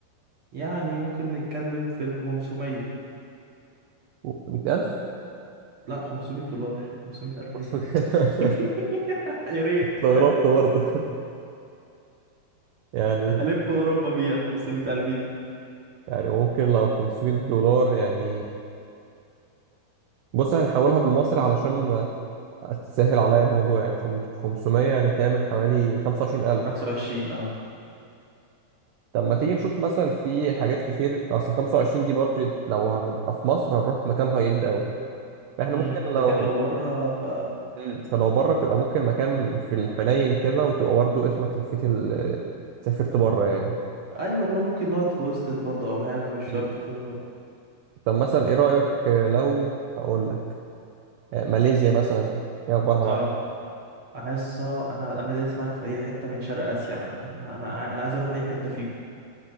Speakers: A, on the right; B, on the right.
A: يعني ممكن نتكلم في ال 500
B: 500000
A: لا 500 دولار 500 الف
B: <laughs>
A: ايه <laughs> يا ريت
B: استغربت برضه يعني
A: الف اوروبا بيها ال 500 الف دي
B: يعني ممكن لو 500 دولار يعني بص هنحولها بالمصري علشان ما تسهل عليا الموضوع يعني خم- 500 يعني تعمل حوالي 25000
A: 25 اه
B: طب ما تيجي نشوف مثلا في حاجات كتير اصل 25 دي بادجت لو هنبقى في مصر هنروح مكان هاي اند قوي فاحنا
A: امم
B: ممكن
A: لكن
B: لو
A: لو بره ف
B: مم. فلو بره تبقى ممكن مكان في الحنين كده وتبقى برضه اسمك لفيت ال... آه، سافرت بره يعني
A: ايوه لو ممكن نقعد في هوستل برضه او حاجه مش شرط
B: مم.
A: فندق
B: طب مثلا ايه رأيك لو هقول لك آه، ماليزيا مثلا ايه اخبارها معاك
A: اه انا لسه انا انا دايس معاك في اي حته من شرق اسيا عامه انا انا انا عايز اروح اي حته فيهم